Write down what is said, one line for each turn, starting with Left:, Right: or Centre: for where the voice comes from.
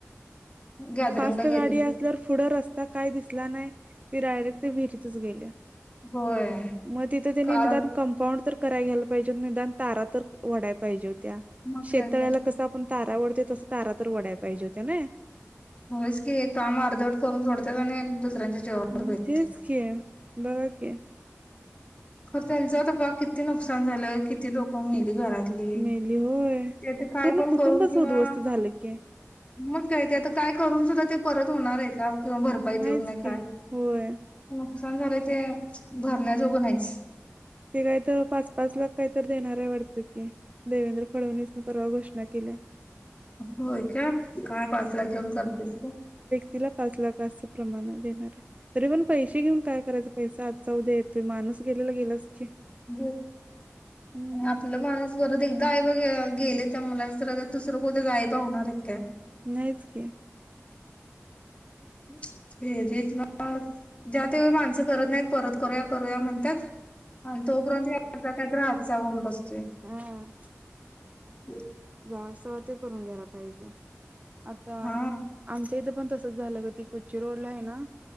Left: गॅदरिंगला
Right: फास्ट
Left: गेलेली
Right: गाडी असल्या वर पुढं रस्ता काय दिसला नाय. ते डायरेक्ट ते विहिरीतच गेल्या.
Left: होय.
Right: म तिथे त्यांनी
Left: कार
Right: निदान कंपाऊंड तर कराय घ्यायला पाहिजे. निदान तारा तर वढाय पाहिजे होत्या.
Left: मग
Right: शेततळ्याला
Left: काय तर
Right: कस आपण तारा वढतोय. तस तारा तर वडाय पाहिजे होत ना.
Left: होयस की, काम अर्धवट करून सोडत्यात. आणि दुसऱ्यांच्या जीवावर
Right: हम्म
Left: बेतते
Right: तेच की. बघा की.
Left: खरं त्यांचं त बघा. किती नुकसान झालं. किती लोकं मेली घरात ली.
Right: मेली होय
Left: ते त काय
Right: पूर्ण
Left: पण
Right: कुटुंबच
Left: करून किंवा
Right: उद्ध्वस्त झालं की
Left: मग काय. ते आता काय करून सुद्धा ते परत होणारे का? किंवा भरपाई
Right: नाहीच
Left: देऊनय काय.
Right: की होय
Left: नुकसान झालंय ते. भरण्याजोगं नाहीच.
Right: ते काही त पाच पाच लाख काही तरी देणारे. वाटत की. देवेंद्र फडणीसने परवा घोषणा केल्या.
Left: होय का? काय पाच लाख घेऊन करतेस ग.
Right: तिला पाच लाख. अस प्रमाण देणारे. तरी पण पैसे घेऊन काय करायचं. पैसा आजचा उद्या येतोय. माणूस गेलेला गेलास की.
Left: <unintelligible>
Right: हम्म
Left: आपलं माणुस परत एकदा आईबा गेले त्या मुलाचे तर दुसरं कोणी आयबा होणारेत काय?
Right: नाहीच की.
Left: <unintelligible> ज्यात वळी माणसं करत नाहीत. परत करूया करूया म्हणतात. आणि तोपर्यंत याचा काहीतरी हातचा होऊन बसतोय.
Right: हम्
Left: हम
Right: जावाच तवा ते करून घ्यायला पाहिजे. आता
Left: हा
Right: आमच्या इथं पण तसच झालं ग. ती कुच्ची रोडलाय ना